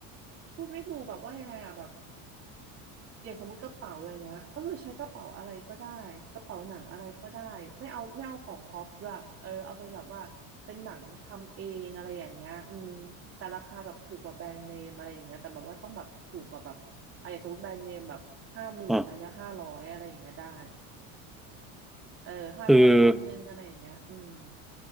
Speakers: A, on the right; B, in the centre.
A: พูดไม่ถูกแบบว่ายังไงอะแบบ อย่างสมมติกระเป๋าอย่างเงี้ยก็คือใช้กระเป๋าอะไรก็ได้กระเป๋าหนังอะไรก็ได้ไม่เอาไม่เอาของก๊อปด้วยเออเอาไปแบบว่าเป็นหนังทำเองอะไรอย่างเงี้ยอืมแต่ราคาแบบถูกกว่าแบรนด์เนมอะไรอย่างเงี้ยแต่แบบว่าต้องแบบถูกกว่าแบบอ่ะอย่างสมมติแบรนด์เนมแบบห้าหมื่นอันเนี้ยห้าร้อยอะไรอย่างเงี้ยได้
B: อ่ะ
A: เออห้าร้อยพันหนึ่งอะไรอย่างเงี้ยอืม
B: คือ